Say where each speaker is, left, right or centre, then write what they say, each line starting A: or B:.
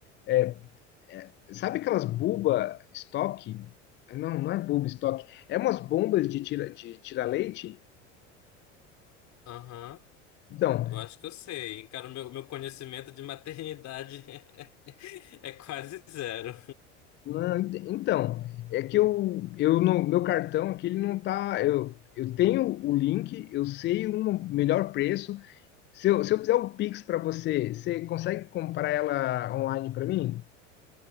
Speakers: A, on the left (about 30°); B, on the left (about 45°).
A: é, é, sabe aquelas buba estoque? Não, não é buba estoque. É umas bombas de tira, de tira leite?
B: Aham.
A: Então,
B: Eu acho que eu sei. Cara, o meu, meu conhecimento de maternidade <laughs> é, quase zero.
A: Não, ent- então, é que eu, eu não, meu cartão aqui ele não tá. Eu, eu tenho o link, eu sei um melhor preço. Se eu, se eu fizer o Pix para você, você consegue comprar ela online para mim?